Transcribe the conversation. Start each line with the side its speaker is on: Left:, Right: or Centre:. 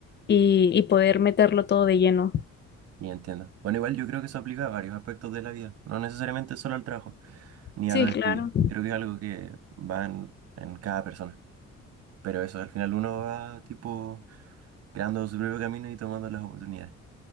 Left: y, y poder meterlo todo de lleno.
Right: Y entiendo. Bueno, igual yo creo que eso aplica a varios aspectos de la vida, no necesariamente solo al trabajo, ni
Left: Sí,
Right: a los
Left: claro.
Right: estudios. Creo que es algo que va en, en cada persona. Pero eso, al final uno va tipo creando su propio camino y tomando las oportunidades.